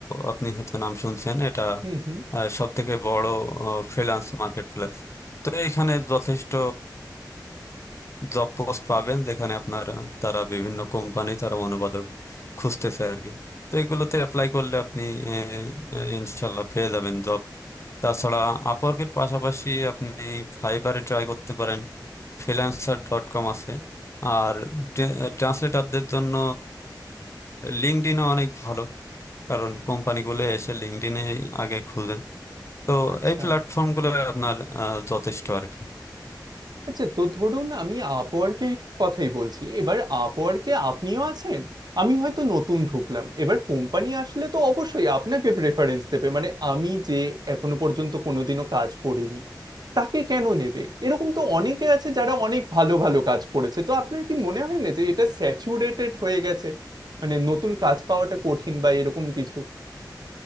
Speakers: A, on the left; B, on the right.
A: আপনি হয়তো নাম শুনছেন এটা
B: হুম হুম
A: সব থেকে বড় ফ্রিল্যান্স মার্কেট প্লেস তো এখানে যথেষ্ট জব পোস্ট পাবেন যেখানে আপনার আহ, তারা বিভিন্ন কোম্পানি তারা অনুবাদক খুঁজতেছে আর কি তো এগুলোতে অ্যাপ্লাই করলে আপনি আহ, আহ, ইনশাল্লাহ পেয়ে যাবেন জব তাছাড়া আপওয়ার্কের পাশাপাশি আপনি ফাইবারে ট্রাই করতে পারেন ফ্রিল্যান্সার ডট কম আছে আর ট্রান্সলেটারদের জন্য লিঙ্কডইনও অনেক ভালো কারণ কোম্পানিগুলো এসে লিঙ্কডইনে আগে খুঁজে তো
B: আচ্ছা
A: এই প্ল্যাটফর্মগুলো আপনার আহ, যথেষ্ট আর কি
B: আচ্ছা তো ধরুন আমি আপওয়ার্কের কথাই বলছি এবার আপওয়ার্কে আপনিও আছেন আমি হয়তো নতুন ঢুকলাম এবার কোম্পানি আসলে তো অবশ্যই আপনাকে প্রেফারেন্স দেবে মানে আমি যে এখনো পর্যন্ত কোনোদিনও কাজ করিনি তাকে কেন নেবে এরকম তো অনেকে আছে যারা অনেক ভালো ভালো কাজ করেছে তো আপনার কি মনে হয় না যে এটা স্যাচুরেটেড হয়ে গেছে মানে নতুন কাজ পাওয়াটা কঠিন বা এরকম কিছু